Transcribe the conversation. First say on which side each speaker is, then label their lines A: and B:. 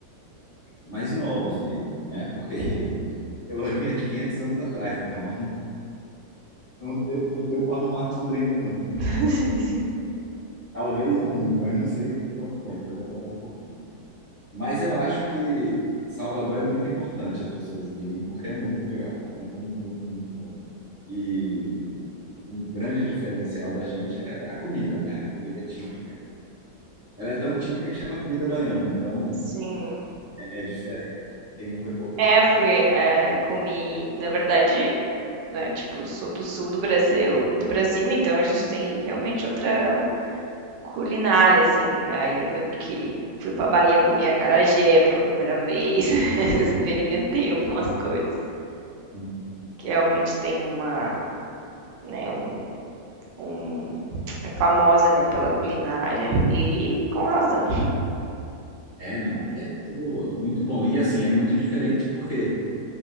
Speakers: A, on the left; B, on the right.
A: mais novos mesmo, né? Porque
B: Sim.
A: <laughs> Pelourinho é de 500 anos atrás, então. Não teve, não deu para arrumar tudo ainda, não.
B: <laughs> Sim, sim.
A: Talvez arrume, mas não sei quanto tempo, vai demorar um pouquinho. Mas eu acho que Salvador é muito importante as pessoas virem, porque é muito legal. É muito, muito, muito bom. E um grande diferencial da gente é, é a comida, né? A comida típica. Ela é tão típica que chama comida baiana, então
B: Sim.
A: é, é diferente. Quem nunca provou.
B: É, eu fui, é, comi, na verdade, né, tipo, eu sou do sul do Brasil, do Brasil, então a gente tem realmente outra culinária, assim. Aí eu lembro que fui pra Bahia comer acarajé pela primeira vez, <laughs> experimentei algumas coisas
A: Hum.
B: que realmente tem uma, né, um, um- é famosa, né, pela culinária e com razão.
A: É, não, aqui é tudo muito bom. E assim, é muito diferente porque